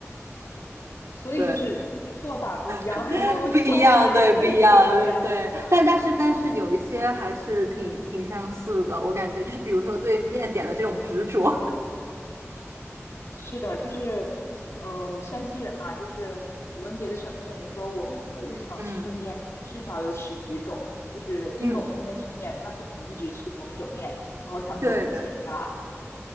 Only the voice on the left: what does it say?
所以就是就是做法不一样，
然后 <laughs>
叫法也各各种各样。
嗯。
嗯是的，就是呃，山西人嘛，就是我跟别的省份的人说，我们可能日常吃的面至少有十几种，
就是因为我们天天吃面，
那不可能一直吃同一种面，然后他们都很惊讶。